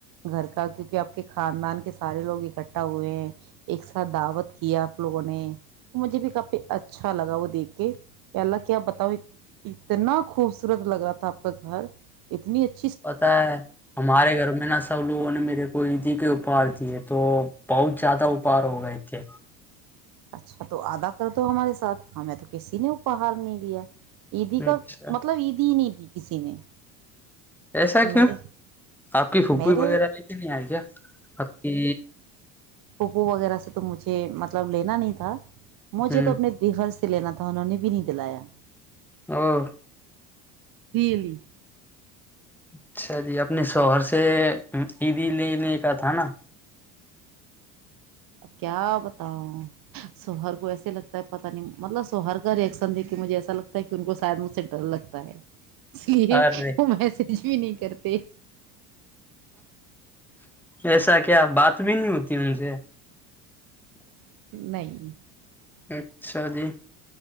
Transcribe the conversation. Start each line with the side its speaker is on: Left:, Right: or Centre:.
Right: گھر کا کیونکہ آپ <unintelligible> <inaudible> کے خاندان کے سارے لوگ اکٹھا ہوئے ہیں ایک ساتھ دعوت کیا لگ نے مجے بھی کپی اچھا اچھا لگا وہ دیکھ کے اللہ کیا آپ بتاؤ اتنا خوبصورت لگ رہا تھا آپ کا گھر اتنی اچا
Centre: پتا ہے ہمارے گھر میں نہا سب لوگوں نے میرے کوئی ج کے اپار دیے تو بہت زیادہ اپار ہو گئے تھے
Right: اچھا تو ادا کر دو ہمارے ساتھ ہمیں تو کسی نے اپہار نہیں دیا عیدی کا
Centre: اچھا
Right: مطلب عیدی ہی نہیںید ج کسی نے <unintelligible>
Centre: ایسا کیوں
Right: میرے
Centre: آپ کی پھوپی
Right: میرے
Centre: وغیرہ لے کے نہیں آئے کیا آپ کی
Right: پوپو وغیرہ سے تو مجھے مطلب لینا نہیں تھا مجھے
Centre: ہ
Right: تو اپنے بیگل سے س لا تون انہ نے بھی نہیں دلایا
Centre: ہاں
Right: بیلی
Centre: اچھا جی اپنے شوہر سے عیدی لینے کا تھا نا
Right: اب کیا بتاؤ سوہر کو ایسے لگتا ہے پتا نہیں مطلب سوہر کا ریئشن دے کہ مجھے ایسا لگتا ہے کہ ان کو شاید مجھ سے ڈر لگتا ہے اس لیے
Centre: ارے
Right: وہ میںس کچھ بھی نہیں کرتے
Centre: ایسا کیا بات بھی نہیں ہوتی ان سے
Right: نہیں
Centre: اچھا جی